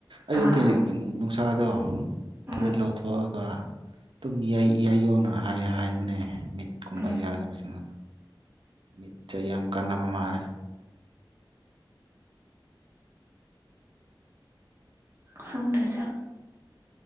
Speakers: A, on the right (about 80°); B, on the right (about 30°).
A: ꯑꯌꯨꯛꯀꯤ
B: ꯑꯥ
A: ꯅꯨꯡꯁꯥꯗꯣ ꯐꯨꯔꯤꯠ
B: ꯎꯝ
A: ꯂꯧꯊꯣꯛꯑꯒ ꯑꯗꯨꯝ ꯌꯥꯏ ꯌꯥꯏꯌꯣꯅ ꯍꯥꯏꯕꯅꯦ ꯃꯤꯠꯀꯨꯝꯕ
B: ꯎꯝ
A: ꯌꯥꯗꯕꯁꯤꯡꯗꯣ ꯃꯤꯠꯇ ꯌꯥꯝ ꯀꯥꯟꯅꯕ ꯃꯥꯜꯂꯦ
B: ꯈꯪꯗꯦꯗ